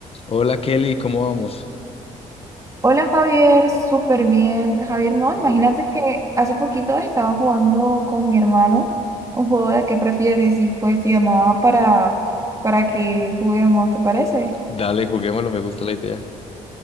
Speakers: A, on the left; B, on the right.
A: Hola Kelly, ¿cómo vamos?
B: Hola Javier, súper bien. Javier, no, imagínate
A: Amén.
B: que hace poquito estaba jugando con mi hermano un juego de qué prefieres y pues te llamaba para, para que juguemos, ¿te parece?
A: Dale, juguémoslo, me gusta la idea.